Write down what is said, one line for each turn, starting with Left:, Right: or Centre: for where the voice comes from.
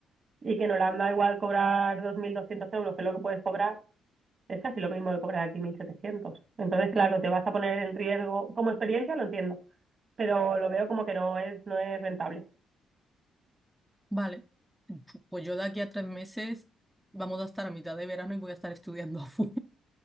Right: y que en Holanda igual cobrar 2.200 euros, que es lo que puedes cobrar, es casi lo mismo que cobrar aquí 1.700. Entonces, claro,
Centre: mm,
Right: te vas a poner en riesgo, como experiencia lo entiendo, pero lo veo como que no es, no es rentable.
Centre: Vale, Pu- pues yo de aquí a tres meses vamos a estar a mitad de verano y voy a estar estudiando <laughs> a full.